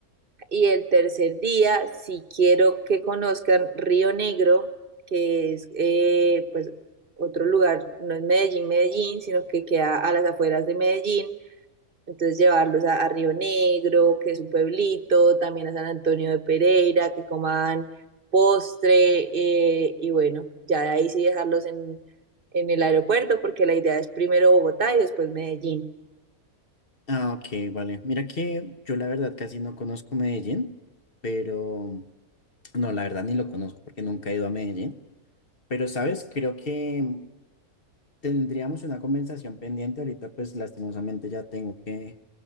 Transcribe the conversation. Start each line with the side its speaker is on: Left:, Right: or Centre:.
Right: Y el tercer día, si quiero que conozcan Río Negro, que es eh, pues otro lugar, no es Medellín, Medellín, sino que queda a las afueras de Medellín. Entonces llevarlos a, a Río Negro, que es un pueblito, también a San Antonio de Pereira, que coman postre eh, y bueno, ya de ahí sí dejarlos en, en el aeropuerto porque la idea es primero Bogotá y después Medellín.
Left: Ah, ok, vale. Mira que yo la verdad casi no conozco Medellín, pero no, la verdad ni lo conozco porque nunca he ido a Medellín. Pero, ¿sabes? Creo que tendríamos una conversación pendiente. Ahorita pues lastimosamente ya tengo que,